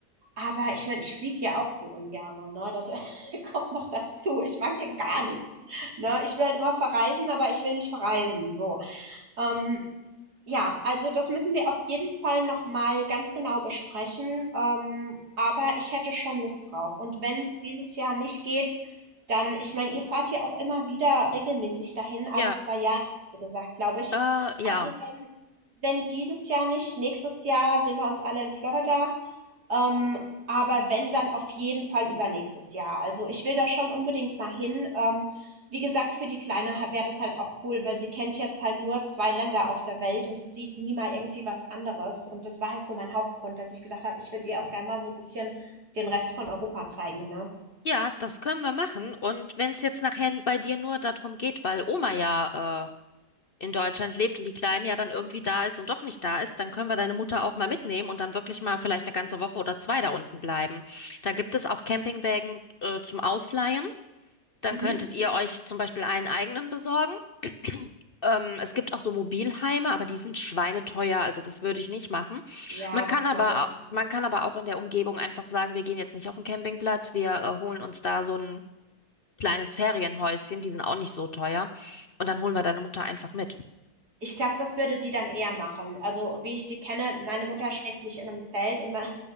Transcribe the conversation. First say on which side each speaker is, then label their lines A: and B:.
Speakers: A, on the right; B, on the left.
A: Aber ich meine, ich fliege ja auch so ungerne, ne? Das <laughs> kommt noch dazu. Ich mag ja gar nichts, ne? Ich will halt immer verreisen, aber ich will nicht verreisen, so. Ähm, ja, also das müssen wir auf jeden Fall noch mal ganz genau besprechen. Ähm, aber ich hätte schon Lust drauf. Und wenn es dieses Jahr nicht geht, dann, ich meine, ihr fahrt ja auch immer wieder regelmäßig dahin, alle
B: Ja,
A: zwei Jahre, hast du gesagt, glaube ich.
B: äh, ja.
A: Also wenn, wenn dieses Jahr nicht, nächstes Jahr sehen wir uns alle in Florida. Ähm, aber wenn, dann auf jeden Fall übernächstes Jahr. Also ich will da schon unbedingt mal hin. Ähm, wie gesagt, für die Kleine wäre das halt auch cool, weil sie kennt jetzt halt nur zwei Länder auf der Welt und sieht nie mal irgendwie was anderes. Und das war halt so mein Hauptgrund, dass ich gedacht habe, ich würde ihr auch gerne mal so ein bisschen den Rest von Europa zeigen, ne?
B: Ja, das können wir machen. Und wenn es jetzt nachher bei dir nur darum geht, weil Oma ja in Deutschland lebt und die Kleine ja dann irgendwie da ist und doch nicht da ist, dann können wir deine Mutter
A: Mhm.
B: auch mal mitnehmen und dann wirklich mal vielleicht eine ganze Woche oder zwei da unten bleiben. Da gibt es auch Campingwägen, äh, zum Ausleihen. Dann
A: Mhm.
B: könntet ihr euch zum Beispiel einen eigenen besorgen. <clears throat> Ähm, es gibt auch so Mobilheime, aber die sind schweineteuer, also das würde ich nicht machen.
A: Ja,
B: Man
A: das
B: kann
A: glaube
B: aber,
A: ich.
B: au- man kann aber auch in der Umgebung einfach sagen, wir gehen jetzt nicht auf den Campingplatz, wir äh, holen uns da so ein kleines Ferienhäuschen, die sind auch nicht so teuer. Und dann holen wir deine Mutter einfach mit.
A: Ich glaube, das würde die dann eher machen. Also, wie ich die kenne, meine Mutter schläft nicht in einem Zelt und meine